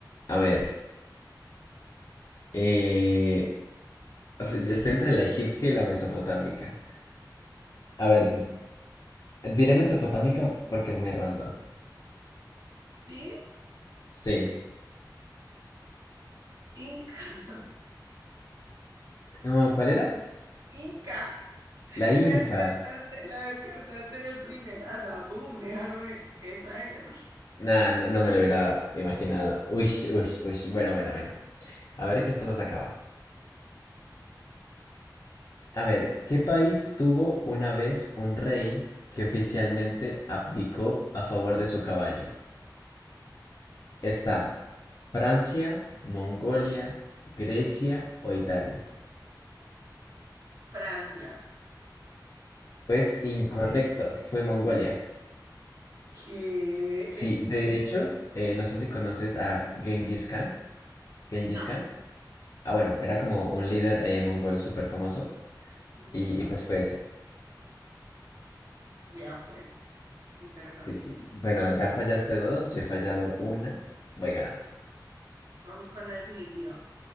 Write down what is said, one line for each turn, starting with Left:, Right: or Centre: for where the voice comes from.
Left: A ver, eh, uf, yo estoy entre la egipcia y la mesopotámica. A ver, diré mesopotámica porque es muy random.
Right: ¿Sí?
Left: Sí.
Right: Inca, <laughs>
Left: No, ¿cuál era?
Right: inca.
Left: La inca.
Right: La descartaste, la descartaste de primeras. ah, Boom, esa no es. Esa era.
Left: Nah, no, no me lo hubiera imaginado. Uy, uy, uy. Bueno, bueno, bueno. A ver que esto nos acaba. A ver, ¿qué país tuvo una vez un rey que oficialmente abdicó a favor de su caballo? ¿Está Francia, Mongolia, Grecia o Italia?
Right: Francia,
Left: Pues incorrecto, fue Mongolia.
Right: que
Left: Sí, de hecho, eh, no sé si conoces a Genghis Khan. Genghis
Right: <laughs>
Left: Khan.
Right: no.
Left: Ah, bueno, era como un líder eh, mongol súper famoso
Right: Ujú.
Left: y, y pues fue ese.
Right: Vea pues, interesantísimo.
Left: Sí, sí. Bueno, ya fallaste dos, yo he fallado una, voy ganando.
Right: Vamos con la definitiva.